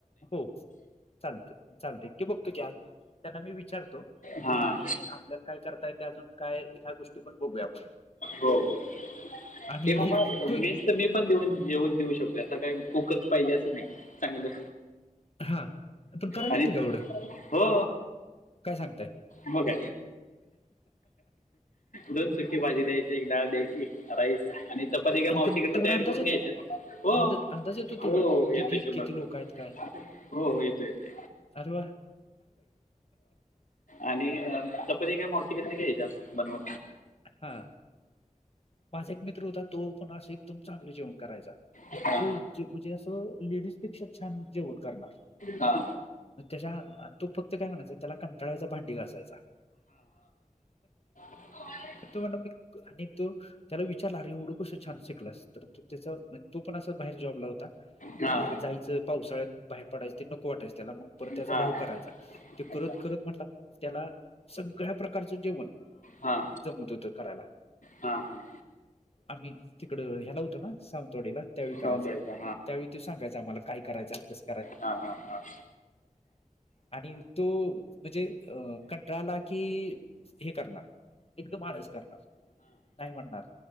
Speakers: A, on the left; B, on the left.
A: हो चालत चालत एकटे बघतो की त्यांना मी विचारतो.
B: हां
A: आणि आपल्याला काय करताय ते अजून काय ह्या गोष्टी पण बघूया आपण
B: हो हो.
A: आणि
B: मामा
A: हे तू एक
B: मेस मी पण देऊन येऊन देऊ शकतो असं काही कुकच पाहिजे असं नाही चांगलं
A: हा पण करायला
B: आणि
A: येतं का एवढं
B: हो
A: काय सांगताय
B: मग दोन सुकी भाजी द्यायची एक डाळ द्यायची राईस आणि, चपाती का
A: आणि
B: मावशीकडे
A: पण तेवढा
B: तयार
A: अंदाज
B: करून
A: येतो
B: घ्यायच्या हो
A: अंदा अंदाज येतो
B: हो
A: तेवढा,
B: येतोय
A: किती
B: शंभरुपे.
A: किती लोकं आहेत काय?
B: हो हो येतो येतो.
A: अरे व्वा.
B: आणि चपती काय मावशीक घ्यायच्या बनव
A: हा माझा एक मित्र होता तो पण असं एकदम चांगलं जेवण करायचा. इतकं
B: हां
A: म्हणजे असं लेडीज पेक्षा छान जेवण करणार.
B: हा.
A: ग त्याच्या तो फक्त काय म्हणायचा त्याला कंटाळायचा भांडी घासाायचा.
B: हो.
A: तो म्हण मी आणि तू त्याला विचारलं अरे एवढं कसं छान शिकलस तर त्या तो पण अस बाहेर जॉबला होता.
B: हां हां
A: बाहेर जायचं पावसाळ्यात बाहेर पडायच ते नको वाटायं त्याला मग परत त्याचा
B: हां
A: भाऊं करायचा
B: हां
A: ते
B: अच्छा
A: करत करत म्हटला त्याला सगळ्या प्रकारचं जेवण
B: हां
A: जमत होत कराला
B: हां हां
A: आम्ही तिकड ह्याला होतो ना सावंतवाडीला त्यावेळी करायचा
B: सावंतवाडीचा
A: त्यावेळी त्यो सांगायच आम्हाला काय करायचा कस
B: हा हा हा
A: आणि तो म्हणजे अ कंटाळला की हे करणार एकदम आळस करणार नाय म्हणणार